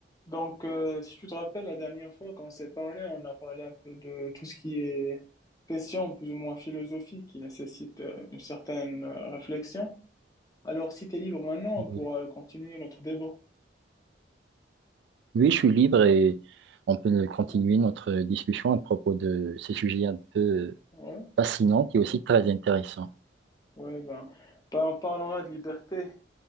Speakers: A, on the left; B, on the right.
A: Donc, euh, si tu te rappelles, la dernière fois, quand on s'est parlé, on a parlé un peu de tout ce qui est question plus ou moins philosophique qui nécessite euh, une certaine euh, réflexion. Alors, si tu es libre maintenant,
B: Oui,
A: on pourra continuer notre débat.
B: Oui, je suis libre et on peut continuer
A: Ouais,
B: notre discussion à propos de ces sujets un peu
A: ouais,
B: fascinants et aussi très intéressants.
A: ouais, ben, ben, en parlant là de liberté,